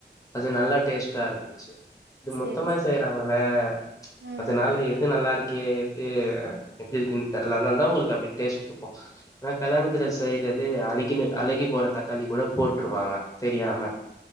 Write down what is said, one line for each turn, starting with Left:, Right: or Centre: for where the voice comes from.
Left: அது நல்லா டேஸ்ட்டா இருந்துச்சு இது
Right: சேரி
Left: மொத்தமா
Right: சேரி
Left: செய்றாங் க்கும்ல
Right: ம்
Left: அதுனால எது நல்லா இருக்கு எது எப்பிடி இருக்குன்னு தெர அது அதனால தா உங்களுக்கு அப்டி டேஸ்ட் இருக்கு ஆனா கல்யாணத்துல செய்றது அழகின அழுகிப் போற தக்காளி கூட போட்டுருவாங்க தெரியாம